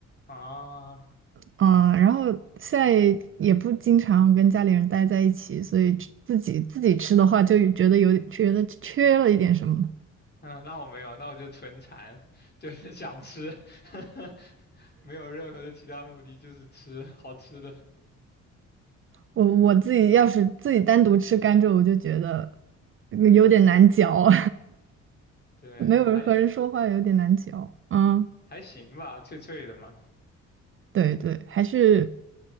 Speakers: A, on the left; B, on the right.
A: 啊。
B: 嗯，然后现在也不经常跟家里人待在一起，所以自己自己吃的话，就觉得有觉得缺了一点什么。
A: 嗯，那我没有，那我就纯馋，<laughs> 就是想吃，<laughs> 没有任何的其他目的，就是吃好吃的。
B: 我我自己要是自己单独吃甘蔗，我就觉得有点难嚼，
A: 对，
B: <laughs> 没有人和人说话有点难嚼。
A: 还
B: 嗯，
A: 还行吧，脆脆的嘛。
B: 对对，还是